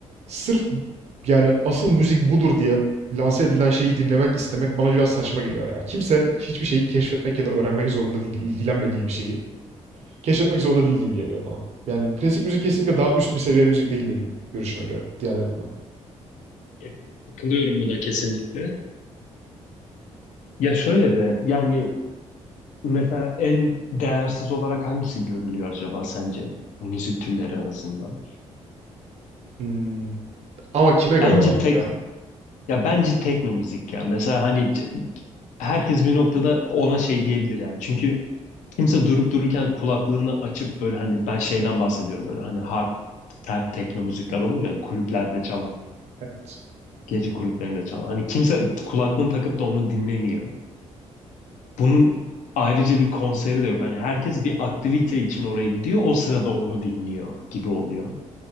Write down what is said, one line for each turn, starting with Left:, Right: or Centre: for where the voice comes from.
Right: sırf yani asıl müzik budur diye lanse edilen şeyi dinlemek istemek bana biraz saçma geliyor ya. Kimse hiçbir şeyi keşfetmek ya da öğrenmek zorunda değil, ilgilenmediği bir şeyi keşfetmek zorunda değil gibi geliyor bana. Yani klasik müzik kesinlikle daha üst bir seviye müzik değil benim görüşüme göre diğerlerinden.
Left: Evet, Katılıyorum buna kesinlikle. Ya şöyle de yani Mesela en değersiz olarak hangisi görülüyor acaba sence bu müzik türleri arasında?
Right: Hmm, ama kime göre
Left: Bence
Right: olarak
Left: tek
Right: ya?
Left: ya bence tekno müzik ya. Mesela hani c- herkes bir noktada ona şey diyebilir yani. Çünkü kimse durup dururken kulaklığını açıp böyle hani ben şeyden bahsediyorum böyle hani hard sert tekno müzikler olur ya kulüplerde çalan,
Right: Evet.
Left: gece kulüplerinde çalan. Hani kimse kulaklığını takıp da onu dinlemiyor. Bunun ayrıca bir konseri de yok. Hani herkes bir aktivite için oraya gidiyor. O sırada onu dinliyor gibi oluyor.